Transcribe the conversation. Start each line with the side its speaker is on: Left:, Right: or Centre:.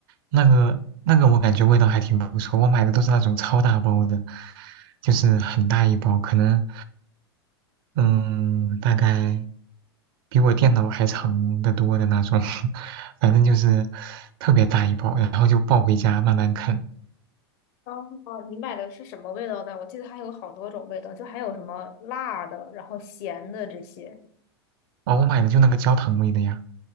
Right: 那个那个我感觉味道还挺不错，我买的都是那种超大包的，就是很大一包，可能嗯，大概比我电脑还长得多的那种，<laughs> 反正就是特别大一包，然后就抱回家慢慢啃。
Left: 哦，你买的是什么味道的？我记得还有好多种味道，就还有什么辣的，然后咸的这些。
Right: 哦，我买的就那个焦糖味的呀，